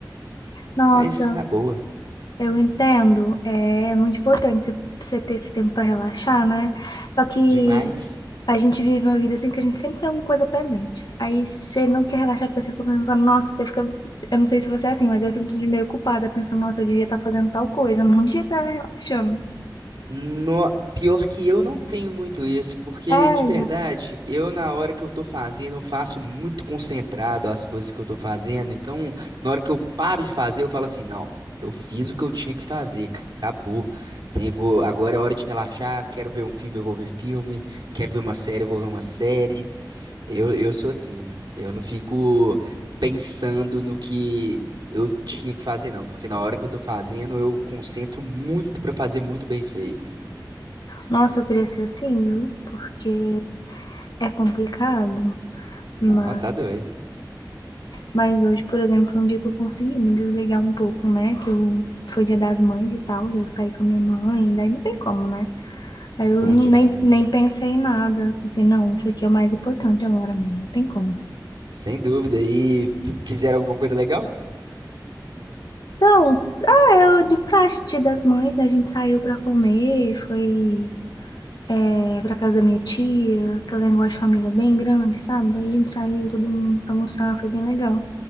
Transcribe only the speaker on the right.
Mas na boa,
demais.
No... Pior que eu não tenho muito isso, porque
de verdade, eu na hora que eu tô fazendo, eu faço muito concentrado as coisas que eu tô fazendo. Então, na hora que eu paro de fazer, eu falo assim, não, eu fiz o que eu tinha que fazer, c- acabou. Tem, vou... Agora é hora de relaxar, quero ver um filme, eu vou ver filme, quero ver uma série, eu vou ver uma série. Eu, eu sou assim, mano. Eu não fico pensando no que eu tinha que fazer, não, porque na hora que eu tô fazendo, eu concentro muito pra fazer muito bem feito.
Não, tá doido.
Bom
demais.
Sem dúvida. E fi- fizeram alguma coisa legal?